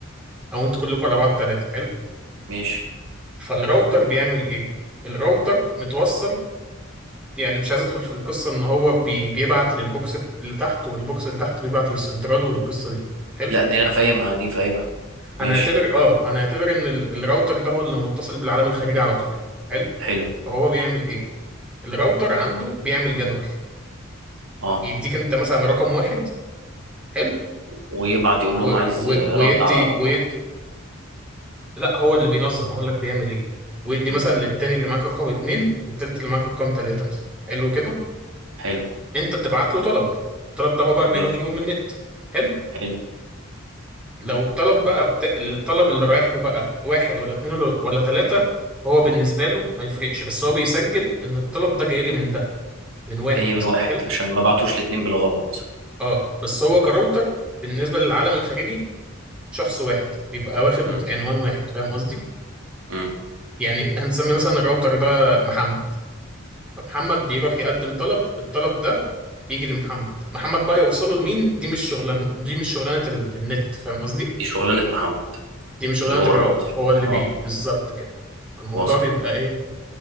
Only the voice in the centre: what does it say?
او انتوا كلكم على بعض ثلاثة حلو
فالراوتر بيعمل ايه الراوتر متوصل يعني مش عايز ادخل في القصة ان هو بي بيبعت للبوكس اللي تحت والبوكس اللي تحت بيبعت للسنترال والقصة دي حلو
هنعتبر
اه هنعتبر ان ال- الراوتر ده هو اللي متصل بالعالم الخارجي على طول حلو
فهو بيعمل ايه الراوتر عنده بيعمل جدول
بيديك انت مثلا رقم واحد حلو
و...
و...
ويدي
ويد...
لا هو اللي بينظم هقول لك بيعمل ايه ويدي
مثلا للتاني اللي معاك رقم اتنين والتالت اللي معاك رقم تلاتة مثلا حلو كده
انت بتبعت له طلب الطلب ده هو بقى
بيروح يجيبه من النت حلو
لو الطلب بقى بت... الطلب اللي رايح له بقى واحد ولا اتنين ولا ولا تلاتة هو بالنسبة له ما يفرقش بس هو بيسجل ان الطلب ده جاي لي من ده من واحد
مثلا
حلو
اه بس هو كراوتر بالنسبة للعالم الخارجي شخص واحد بيبقى واخد
عنوان واحد فاهم قصدي
يعني هنسمي مثلا الراوتر ده محمد فمحمد بيروح يقدم طلب الطلب ده بيجي لمحمد محمد بقى يوصله لمين دي مش شغلانة دي مش شغلانة ال- النت فاهم قصدي
دي مش شغلانة
الراوتر
هو اللي
بيه بالظبط كده الموضوع
بيبقى ايه